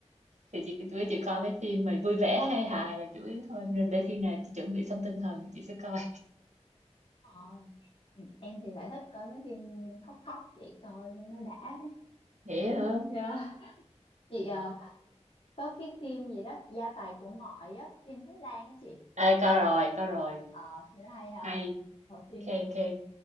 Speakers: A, on the right; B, on the left.
A: thì chị chủ yếu chị coi mấy phim mà vui vẻ hay hài là chủ yếu thôi nên để khi nào chị chuẩn bị xong tinh thần thì chị sẽ coi
B: Ờ Ừ, em thì lại thích coi mấy phim khóc khóc vậy coi cho nó đã
A: Vậy hả?
B: Dạ. chị ờ, có cái phim gì đó gia tài của ngoại á phim Thái Lan á chị
A: Ê, coi rồi, coi rồi.
B: ờ thì nó hay à
A: Hay,
B: Rồi phim
A: khen, khen.